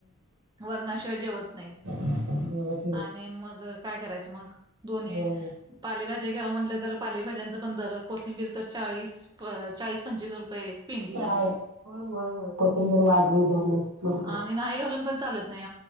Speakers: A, on the right (about 20°); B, on the right (about 70°).
A: वरणाशिवाय जेवत नाहीत
B: ब ब
A: आणि मग काय करायचं मग दोन्ही
B: होय
A: पालेभाज्या घ्यावा म्हटलं तर पालेभाज्यांचं पण दर कोथिंबीर तर चाळीस चाळीस पंचवीस रुपये पेंडी झाल्या
B: आहे हो होय होय कोथिंबीर वाढले दरले भरपूर
A: आणि नाही घालून पण चालत नाही